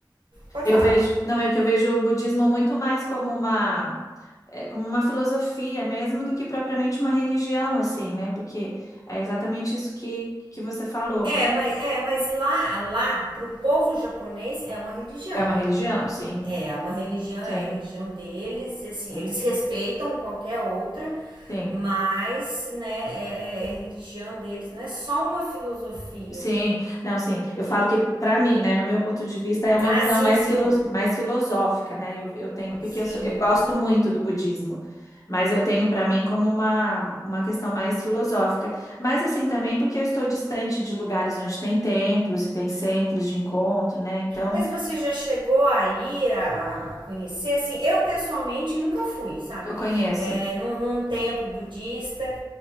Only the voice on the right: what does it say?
pode
falar.
É, mas, é, mas lá, lá, pro povo japonês, é uma religião.
É é uma religião,
é a religião deles, assim,
eles respeitam qualquer outra,
mas, né, é, é a religião deles, não é só uma filosofia.
Ah,
sim,
sim,
sim,
Mas você já chegou a ir a, a conhecer? Assim, eu pessoalmente nunca fui, sabe?
É, num, num templo budista.